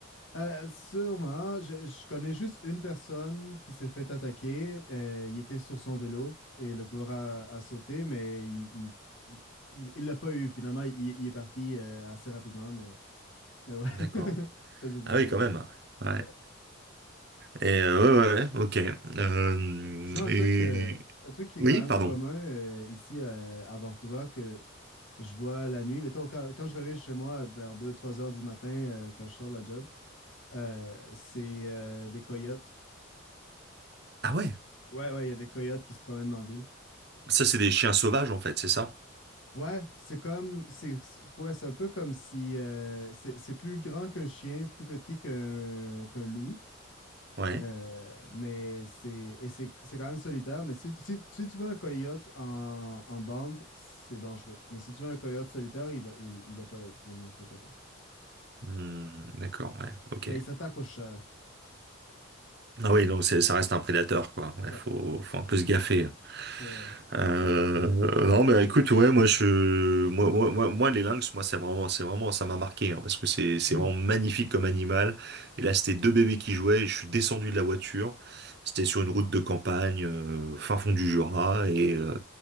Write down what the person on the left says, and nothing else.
Euh, sûrement, je, je connais juste une personne qui s'est fait attaquer. euh, il était sur son vélo et le cougar a, a sauté, mais il il, il- il- il l'a pas eu finalement. Il, il est parti euh, assez rapidement, mais mais ouais,
<laughs> je faisais du
vélo
longtemps.
Ouais.
Sinon, un
truc, euh, un truc qui est
quand même
commun euh, ici euh, à Vancouver que je vois la nuit, mettons, quand, quand je reviens chez moi vers deux trois heures du matin, euh, quand je sors de la job, euh, c'est euh, des coyotes.
Ouais, ouais, il y a des coyotes qui se promènent dans la ville.
Ouais, c'est comme, c'est, c'est- ouais, c'est un peu comme si euh, c'est c'est plus grand qu'un chien, plus petit qu'un qu'un loup.
Euh, mais c'est et c'est c'est quand même solitaire. Mais si, si, si tu veux un coyote en, en bande, c'est dangereux. Mais si tu veux un coyote solitaire, il va, il, il va pas venir t'attaquer.
Mais il s'attaque au chat.
Ouais,
ouais,
ouais.